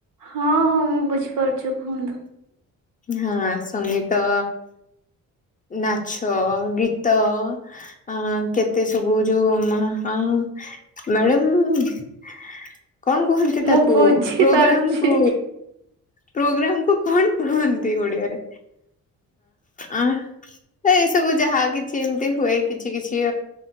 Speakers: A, on the right (about 75°); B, on the left (about 25°).
A: ହଁ ହଁ ମୁଁ ବୁଝିପାରୁଛି କୁହନ୍ତୁ।
B: ହଁ ସଙ୍ଗୀତ ନାଚ, ଗୀତ ଅ କେତେ ସବୁ ଯୋଉ। <unintelligible> <unintelligible> କଣ କୁହନ୍ତି ତାକୁ
A: ମୁଁ ବୁଝିପାରୁଛି
B: ପ୍ରୋଗ୍ରାମ କୁ ପ୍ରୋଗ୍ରାମ କଣ କୁହନ୍ତି ଓଡିଆରେ? ଅ ନାଇଁ ସବୁ ଯାହା କିଛି ଏମତି ହୁଏ କିଛି କିଛି